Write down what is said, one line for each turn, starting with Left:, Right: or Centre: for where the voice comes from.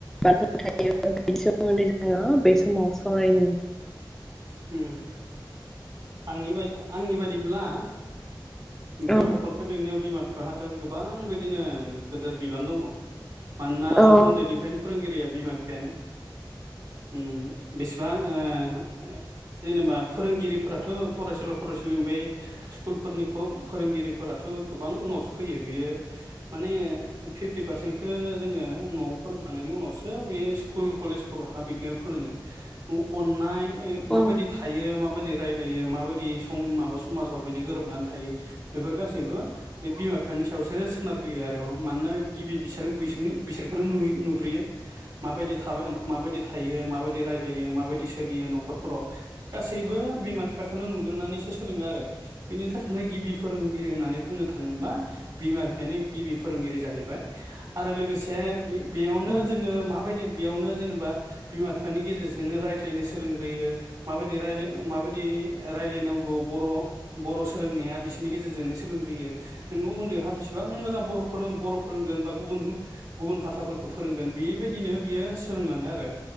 Centre: बाथ्रा थायो बेनि सोमोन्दै जोङो बे समाव सावरायनि।
Right: उम आंनि बादि आंनि बादिब्ला गथ'फोरखौ
Centre: औ
Right: बेंनायाव बिमा फि जाहाथ' गोबां बिदिनो गोदोर बिबान दङ। मानोना
Centre: औ
Right: उन्दैनिफ्रायनो फोरोंगिरिया बिमा बिफायानो। उम बिस गोबां ओ ओ जेनेबा फोरोंगिरिफोराथ' फरायसुला फरायसुलि ओमफाय स्कुलफोरनिखौ फोरोंगिरिफोराथ' गोबां उनावसो फैयो बियो माने फिफ्टि पारसेन्टखो जोङो न'आव फोरोंखांनायनि उनावसो बे स्कुल कलेजफोरावहा बेखौ फोरोङो अननाय माबायदि
Centre: औ
Right: थायो माबायदि रायलायो माबायदि सम माबा समाजाव बिदि गोरोबनानै थायो बेफोर गासैबो बे बिमा बिफानि सायावसो सोनारग्रोयो आरो मानोना गिबि बिसोर बिसोरनि बिसोरखोनो नुयो नुग्रोयो माबायदि थाबाय माबायदि थायो माबायदि रायलायो माबायदि सोलियो नखर न'खरफोराव गासैबो बिमा बिफाखोनो नुग्रोनानैसो सोलोङो आरो बिनि थाखायनो गिबि फोरों गिरि होननानै बुंनो थाङोब्ला बिमा बिफानि गिबि फोरोंगिरि जाहैबाय आरो लोगोसे बे बेयावनो
Centre: उम
Right: जोङो माबाय बेयावनो जेनेबा बिमा बिफानि गेजेरजोंनो रायज्लायनो सोलों होयो माबायदि राइलाय माबायदि ओ राइलायनांगौ बर' बर' सोलोंनाया बिसोरनि गेजेरजोंनो सोलोंग्रोयो नोङो उन्दैयावहा बिसिबांनो मोजां बर'फोरों बर' फोरोंगोन बा गुबुन गुबुन भाषा फोरखौ फोरोंगोन बेबायदिनो बियो सोलोंलाङो आरो